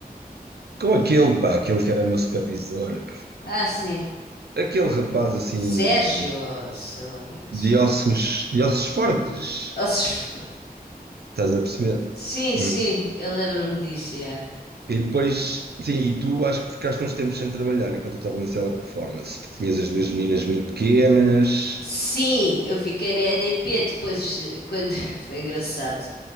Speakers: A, on the right (about 85°); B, on the left (about 75°).
A: Com aquele, pá, aquele que era meu supervisor,
B: Ah, sim.
A: aquele rapaz assim
B: Sérgio, ou sei lá como é que ele
A: de
B: se chama.
A: ossos, de ossos fortes,
B: Ou se-
A: estás a perceber?
B: Sim,
A: Hum.
B: sim, eu lembro-me disso, yeah.
A: E depois, sim, e tu acho que ficaste uns tempos sem trabalhar enquanto eu estava na sala de performance, porque tinhas as duas meninas muito pequenas,
B: Sim, eu fiquei na EDP depois, eh, quando... <laughs> Foi engraçado.